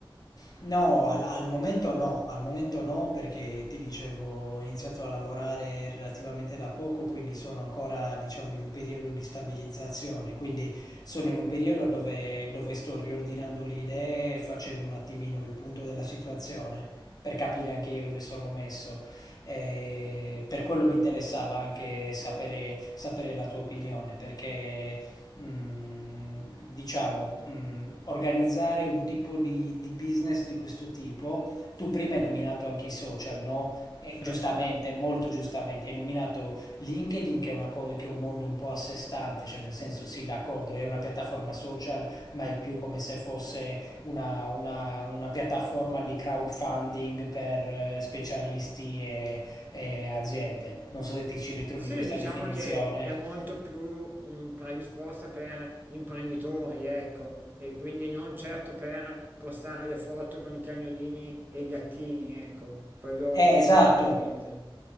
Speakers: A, on the left; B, on the right.
A: No, al, al momento no, al momento no perché ti dicevo ho iniziato a lavorare relativamente da poco, quindi sono ancora diciamo in un periodo di stabilizzazione, quindi sono in un periodo dove, dove sto riordinando le idee, facendo un attimino il punto della situazione per capire anche io dove sono messo. Eh, per quello mi interessava anche sapere, sapere la tua opinione perché mh, diciamo, mh, organizzare un tipo di, di business di questo tipo, tu prima hai nominato anche i social, no? E
B: Certo.
A: giustamente, molto giustamente, hai nominato LinkedIn che è una cosa che è un mondo un po' a sé stante, cioè nel senso sì, d'accordo, è una piattaforma social, ma è più come se fosse una, una- una piattaforma di crowdfunding per eh, specialisti e, e aziende. Non so se ti ci ritrovi
B: Sì,
A: in questa
B: diciamo
A: definizione.
B: che è molto più mh, predisposta per imprenditori, ecco, e quindi non certo per postare le foto con i cagnolini e i gattini, ecco, quello
A: Eh, esatto,
B: sicuramente.